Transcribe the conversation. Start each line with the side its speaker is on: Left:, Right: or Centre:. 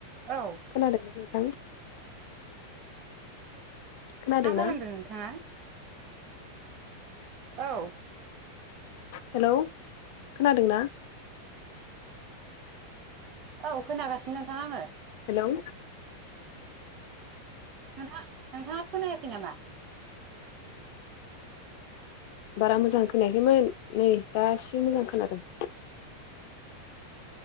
Right: औ
Left: खोनादोंना नोंथां खोनादोंना
Right: मा खालामदों नोंथाङा औ
Left: हेलौ खोनादों ना?
Right: औ खोनागासिनो नोंथां आङो।
Left: हेलौ ओ
Right: नोंथा-नोंथाङा खोनायाखै नामा?
Left: बारा मोजां खोनायाखैमोन नै दासिम मोजां खोनादों।